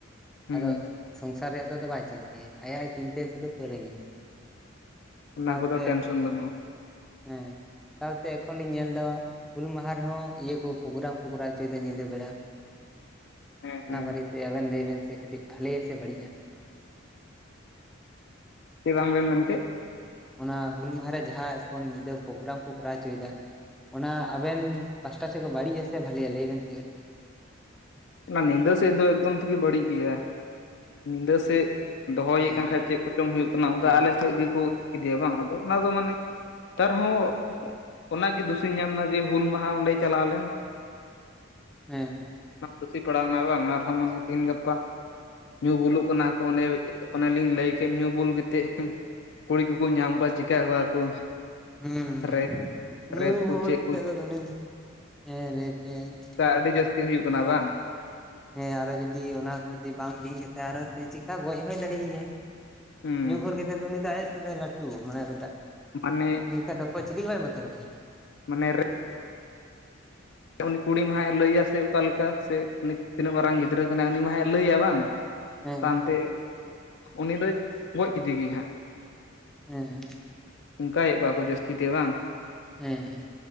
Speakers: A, on the left; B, in the centre.
A: ᱦᱩᱸ
B: ᱟᱫᱚ ᱥᱚᱝᱥᱟᱨ ᱨᱮᱭᱟᱜ ᱫᱚ ᱟ ᱵᱟᱭ ᱪᱤᱱᱛᱟᱹᱭᱟ ᱟᱭᱟᱜ ᱪᱤᱱᱛᱟᱹ ᱥᱩᱫᱩ ᱾ ᱯᱟᱹᱨᱣᱟᱹ ᱧᱩ
A: ᱚᱱᱟ
B: ᱥᱟᱶᱛᱮ,
A: ᱠᱚᱫᱚ ᱴᱮᱱᱥᱚᱱ ᱵᱟᱹᱱᱩᱜᱼᱟ
B: ᱦᱮᱸ ᱛᱟᱣ ᱛᱮ ᱮᱠᱷᱚᱱᱤᱧ ᱧᱮᱞ ᱮᱫᱟ- ᱦᱩᱞ ᱢᱟᱦᱟ ᱨᱮᱦᱚᱸ ᱤᱭᱟᱹ ᱠᱚ ᱯᱳᱜᱨᱟᱢ ᱠᱚ ᱠᱚᱨᱟᱣ ᱦᱚᱪᱚᱭᱮᱫᱟ ᱧᱤᱫᱟᱹ ᱵᱮᱲᱟ᱾
A: ᱦᱮᱸ
B: ᱚᱱᱟ
A: ᱦᱮᱸ
B: ᱵᱟᱨᱮᱛᱮ ᱟᱵᱮᱱ ᱞᱟᱹᱭ ᱵᱮᱱ ᱥᱮ ᱠᱟᱹᱴᱤᱡ ᱵᱷᱟᱞᱮᱭᱟ ᱥᱮ ᱵᱟᱹᱲᱤᱡᱼᱟ᱾
A: ᱪᱮᱫ ᱵᱟᱝ ᱵᱤᱱ ᱢᱮᱱᱠᱮᱫ
B: ᱚᱱᱟ ᱦᱩᱞ ᱢᱟᱦᱟᱨᱮ ᱡᱟᱦᱟᱸ ᱮᱠᱷᱚᱱ ᱧᱤᱫᱟᱹ ᱯᱳᱜᱨᱟᱢ ᱠᱚ ᱠᱚᱨᱟᱣ ᱦᱚᱪᱚᱭᱮᱫᱟ ᱚᱱᱟ ᱟᱵᱮᱱ ᱯᱟᱦᱴᱟ ᱥᱮᱫ ᱠᱷᱚᱱ ᱵᱟᱹᱲᱤᱡᱼᱟ ᱥᱮ ᱵᱷᱟᱹᱞᱤᱭᱟ ᱞᱟᱹᱭᱵᱤᱱ ᱥᱮ
A: ᱚᱱᱟ ᱧᱤᱫᱟᱹ ᱥᱮᱫ ᱫᱚ ᱮᱠᱫᱚᱢ ᱛᱮᱜᱮ ᱵᱟᱹᱲᱤᱡ ᱜᱮᱭᱟ᱾ ᱧᱤᱫᱟᱹ ᱥᱮᱫ ᱫᱚᱦᱚᱭᱮᱫ
B: ᱦᱮᱸ
A: ᱠᱟᱱ ᱠᱷᱟᱡ ᱪᱮᱫ ᱠᱚᱪᱚᱝᱢ ᱦᱩᱭᱩᱜ ᱠᱟᱱᱟ ᱚᱱᱠᱟ
B: ᱦᱮᱸ
A: ᱟᱞᱮ ᱥᱮᱫ ᱜᱮᱠᱚ ᱤᱫᱤᱭᱟ ᱵᱟᱝ ᱟᱫᱚ ᱚᱱᱟ ᱫᱚ ᱢᱟᱱᱮ ᱟᱨᱦᱚᱸ ᱚᱱᱟᱜᱮ ᱫᱩᱥᱤᱧ ᱧᱟᱢ ᱮᱱᱟ ᱡᱮ ᱦᱩᱞ ᱢᱟᱦᱟ ᱚᱸᱰᱮᱭ ᱪᱟᱞᱟᱣ ᱞᱮᱱ?
B: ᱦᱮᱸ ᱦᱮᱸ
A: ᱠᱩᱥᱤ <unintelligible> ᱯᱟᱲᱟᱣᱱᱟ ᱵᱟᱝ ᱟᱨᱦᱚᱸ ᱢᱟᱱᱮ ᱛᱤᱦᱤᱧ ᱜᱟᱯᱟᱼᱼ ᱧᱩ ᱵᱩᱞᱩᱜ ᱠᱟᱱᱟ ᱠᱚ ᱚᱱᱮ ᱚᱱᱮᱞᱤᱧ ᱞᱟᱹᱭ ᱠᱮᱫ ᱧᱩ ᱵᱩᱞ ᱠᱟᱛᱮᱫᱼᱼ ᱠᱩᱲᱤ ᱠᱚᱠᱚ ᱧᱟᱢ ᱠᱚᱣᱟ ᱪᱤᱠᱟ ᱠᱚᱣᱟ ᱠᱚ᱾
B: ᱦᱮᱸ
A: ᱨᱮᱯ
B: ᱱᱩ
A: ᱨᱮᱯ ᱠᱚ
B: ᱜᱷᱳᱚᱨ
A: ᱪᱮᱫ
B: ᱠᱟᱛᱮᱫ
A: ᱠᱚ
B: ᱫᱚ ᱩᱱᱤ ᱫᱚ ᱦᱮᱸ ᱞᱟᱹᱭ ᱯᱮᱭᱟᱧ᱾ <unintelligible>
A: ᱟᱹᱰᱤ ᱡᱟᱹᱥᱛᱤ ᱦᱩᱭᱩᱜ ᱠᱟᱱᱟ ᱵᱟᱝ
B: ᱦᱮᱸ ᱟᱨᱚ ᱡᱩᱫᱤ ᱚᱱᱟ ᱠᱚ ᱡᱩᱫᱤ ᱵᱟᱝ ᱵᱤᱧ ᱠᱟᱛᱮ ᱟᱨ ᱪᱤᱠᱟ ᱜᱚᱡ ᱦᱚᱭ ᱫᱟᱲᱮ ᱟᱭᱟᱭ
A: ᱦᱩᱸ
B: ᱧᱩ ᱜᱷᱳᱨ ᱠᱟᱛᱮ ᱫᱚ ᱩᱱᱤ ᱫᱚ ᱟᱭᱟᱜ ᱛᱮᱫᱚ ᱞᱟᱹᱴᱩ ᱢᱟᱱᱮᱟᱜ
A: ᱢᱟᱱᱮ
B: ᱚᱱᱠᱷᱟ ᱫᱚ᱾ <unintelligible> ᱠᱚ ᱪᱤᱞᱤ ᱜᱮ ᱵᱟᱭ ᱵᱚᱛᱚᱨ ᱨᱟᱠᱚᱭᱟ᱾
A: ᱢᱟᱱᱮ᱾ <unintelligible> ᱩᱱᱤ ᱠᱩᱲᱤ ᱢᱟ ᱦᱟᱸᱜ ᱮ ᱞᱟᱹᱭᱟ ᱥᱮ ᱚᱠᱟᱞᱮᱠᱟ ᱥᱮ ᱩᱱᱤ ᱛᱤᱱᱟᱹᱜ ᱢᱟᱨᱟᱝ ᱜᱤᱫᱽᱨᱟᱹ ᱠᱟᱱᱟᱭ ᱩᱱᱤ ᱢᱟᱦᱟᱸᱜ ᱮ ᱞᱟᱹᱭᱟ ᱵᱟᱝ
B: ᱦᱮᱸ
A: ᱛᱟᱭᱚᱢᱛᱮ ᱩᱱᱤ ᱫᱚ ᱜᱚᱡ ᱠᱮᱫᱮ ᱜᱮ ᱦᱟᱸᱜ
B: ᱦᱮᱸ
A: ᱚᱱᱠᱟᱭᱮᱫ ᱠᱚᱣᱟ ᱠᱚ ᱡᱟᱹᱥᱛᱤ ᱛᱮ ᱵᱟᱝ
B: ᱦᱮᱸ